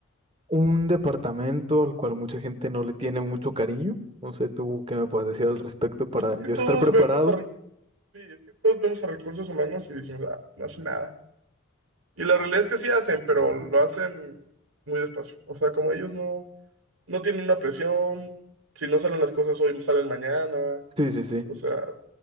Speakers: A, on the right; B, on the right.
A: Un departamento al cual mucha gente no le tiene mucho cariño. No sé tú qué me puedes decir al respecto para
B: Es
A: yo
B: que todos
A: estar <laughs> preparado.
B: vemos a, recu- sí, es que todos vemos a recursos humanos y decimos, ah, no hacen nada. Y la realidad es que sí hacen, pero lo hacen muy despacio. O sea, como ellos no. no tienen una presión, si no salen las cosas hoy, salen mañana,
A: Sí, sí, sí,
B: o sea,